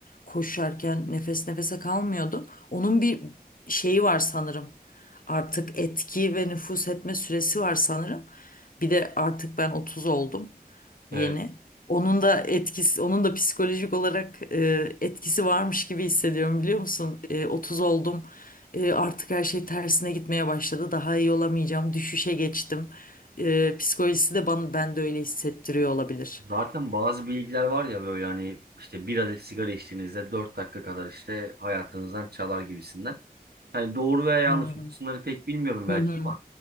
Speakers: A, on the left; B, on the right.
A: koşarken nefes nefese kalmıyordum onun bir şeyi var sanırım artık etki ve nüfuz etme süresi var sanırım bir de artık ben 30 oldum yeni
B: Evet.
A: onun da etkisi, onun da psikolojik olarak e, etkisi varmış gibi hissediyorum biliyor musun? E, 30 oldum. E, artık her şey tersine gitmeye başladı. Daha iyi olamayacağım. Düşüşe geçtim. E, psikolojisi de bana, ben de öyle hissettiriyor olabilir.
B: Zaten bazı bilgiler var ya böyle hani işte bir adet sigara içtiğinizde 4 dakika kadar işte hayatınızdan çalar gibisinden. Hani doğru veya yanlış
A: Hmm.
B: bu kısımları pek bilmiyorum
A: Hı
B: belki
A: hı.